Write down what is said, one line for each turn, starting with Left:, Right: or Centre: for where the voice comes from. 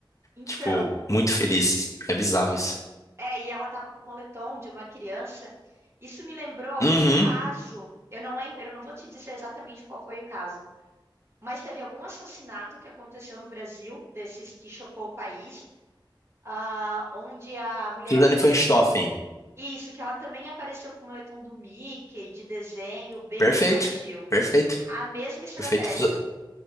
Right: Então,
Left: tipo, muito feliz. É bizarro isso.
Right: é, e ela tava com o moletom de uma criança. Isso me lembrou algum
Left: Uhum.
Right: caso. Eu não lembro, eu não vou te dizer exatamente qual foi o caso, mas teve algum assassinato que aconteceu no Brasil, desses que chocou o país, ah, onde a mulher
Left: Suzane
Right: que tinha
Left: von Richthofen.
Right: se. Isso, que ela também apareceu com o moletom do Mickey, de desenho, bem
Left: Perfeito.
Right: infantil.
Left: Perfeito.
Right: A mesma estratégia.
Left: Perfeito. Su-